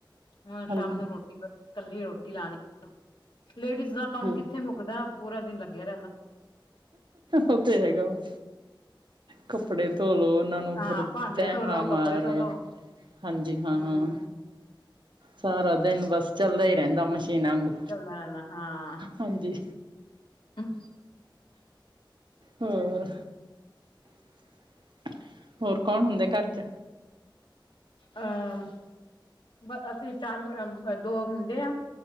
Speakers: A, on the left; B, on the right.
A: ਹੁਣ ਸ਼ਾਮ
B: ਹਾਂਜੀ
A: ਨੂੰ ਰੋਟੀ ਕੱਲੀ ਰੋਟੀ ਲਾਣੀ। ਲੇਡੀਜ਼ ਦਾ ਕੰਮ
B: ਠੀਕ
A: ਕਿੱਥੇ ਮੁੱਕਦਾ ਪੂਰਾ ਦਿਨ ਲੱਗਿਆ ਰਹਿਣਾ।
B: ਉਹ ਤੇ ਹੈਗਾ ਵਾ। ਕੱਪੜੇ ਧੋਲੋ ਉਹਨਾਂ ਨੂੰ
A: ਹਾਂ
B: ਫਿਰ
A: ਭਾਂਡੇ
B: ਤੈ
A: ਧੋਲੋ
B: ਹਾਂ ਮਾਰੋ।
A: ਕੱਪੜੇ ਧੋਲੋ
B: ਹਾਂਜੀ ਹਾਂ
A: ਹਮ
B: ਸਾਰਾ ਦਿਨ ਬਸ ਚੱਲਦਾ ਹੀ ਰਹਿੰਦਾ। ਮਸ਼ੀਨਾਂ ਆਂਗੂ
A: ਚੱਲਦਾ ਰਹਿੰਦਾ ਹਾਂ।
B: ਹਾਂਜੀ।
A: ਹਮ।
B: ਹੋਰ - ਹੋਰ ਕੌਣ ਹੁੰਦੇ ਘਰ ਚ'।
A: ਅਹ ਬ ਅਸੀਂ ਚਾਰ ਦੋ ਮੁੰਡੇ ਆ।